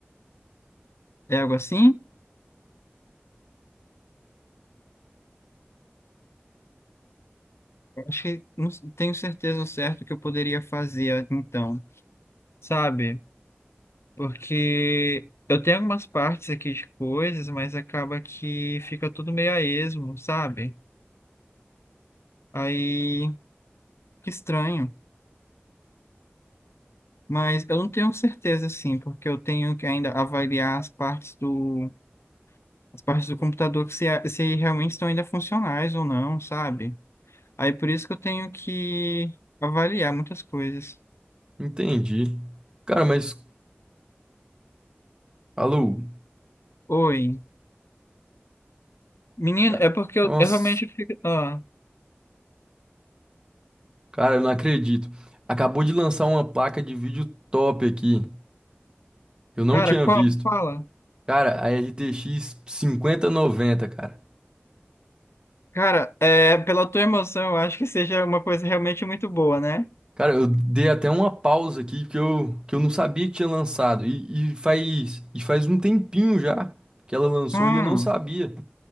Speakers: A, on the left (about 85°); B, on the right (about 20°).
A: É algo assim? Eu Acho que não s- tenho certeza ao certo que eu poderia fazer então, sabe? Porque eu tenho algumas partes aqui de coisas, mas acaba que fica tudo meio a esmo, sabe? Aí, que estranho. Mas eu não tenho certeza, assim, porque eu tenho que ainda avaliar as partes do, as partes do computador que se, se realmente estão ainda funcionais ou não, sabe? Aí por isso que eu tenho que avaliar muitas coisas.
B: entendi. Cara, mas, alô,
A: Oi. Menino,
B: Ca-
A: é porque eu,
B: nossa.
A: eu realmente fico. Ah,
B: Cara, eu não acredito. Acabou de lançar uma placa de vídeo top aqui. Eu não
A: cara,
B: tinha
A: qual?
B: visto.
A: Fala.
B: Cara, a RTX 5090, cara.
A: Cara, é, pela tua emoção, eu acho que seja uma coisa realmente muito boa, né?
B: Cara, eu dei até uma pausa aqui que eu, que eu não sabia que tinha lançado. E, e faz, e faz um tempinho já que ela lançou
A: Hum.
B: e eu não sabia.